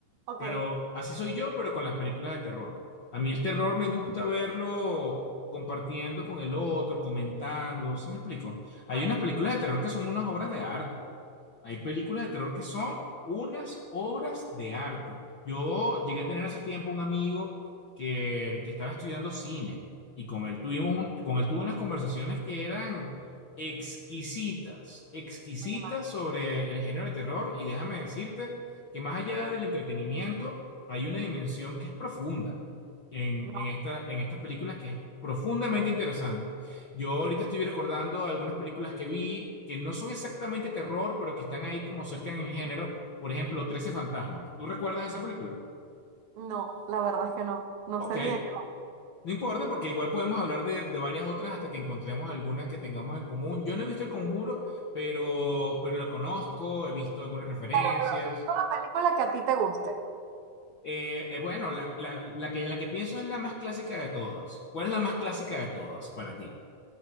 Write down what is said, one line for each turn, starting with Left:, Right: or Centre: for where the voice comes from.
Right: Ok,
Left: Pero así soy yo, pero con las películas de terror. A mí el terror me gusta verlo compartiendo con el otro, comentando, ¿sí me explico? Hay
Right: claro,
Left: unas películas de terror que son unas obras de arte. Hay películas de terror que son unas obras de arte. Yo llegué a tener hace tiempo un amigo que, que estaba estudiando cine y con él tuvimos un- con él tuve unas conversaciones que eran exquisitas, exquisitas
Right: oye, ma,
Left: sobre el género de terror y déjame decirte que más allá del entretenimiento hay una dimensión que es profunda en,
Right: no,
Left: en esta, en estas películas que es profundamente interesante. Yo ahorita estoy recordando algunas películas que vi que no son exactamente terror, pero que están ahí como cerca en el género. Por ejemplo, Trece fantasmas. ¿Tú recuerdas esa película?
Right: no, la verdad es que no, no
Left: Ok,
Right: sé ni de qué.
Left: no importa porque igual podemos hablar de, de varias otras hasta que encontremos algunas que tengamos en común. Yo no he visto El Conjuro, pero, pero lo conozco, he visto algunas referencias.
Right: Claro, pero dime una película que a ti te guste,
Left: Eh, eh, bueno, la, la, la que, la que pienso es la más clásica de todas. ¿Cuál es la más clásica de todas para ti?